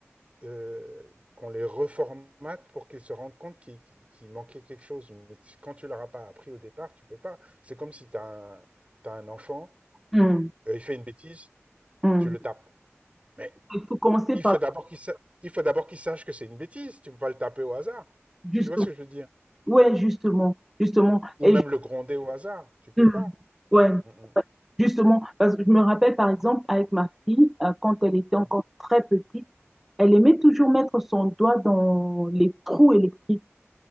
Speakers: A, on the right; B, in the centre.
A: euh, qu'on les reformate pour qu'ils se rendent compte qu'il qu'il manquait quelque chose. Mais si- quand tu leur as pas appris au départ, tu peux pas. C'est comme si tu as, un t'as un enfant,
B: mm,
A: euh, il fait une bêtise,
B: mm.
A: tu le tapes. Mais
B: Il faut commencer
A: il
B: par
A: faut d'abord qu'il sa- il faut d'abord qu'il sache que c'est une bêtise. Tu peux pas le taper au hasard.
B: justement,
A: Tu vois ce que je veux dire?
B: ouais, justement, justement,
A: Ou
B: et
A: même
B: ju-
A: le gronder au hasard. Tu peux
B: mm,
A: pas.
B: ouais,
A: Mm,
B: justement, parce que je me rappelle par exemple avec ma fille euh, quand elle était encore
A: mm, mm.
B: très petite, elle aimait toujours mettre son doigt dans les trous électriques,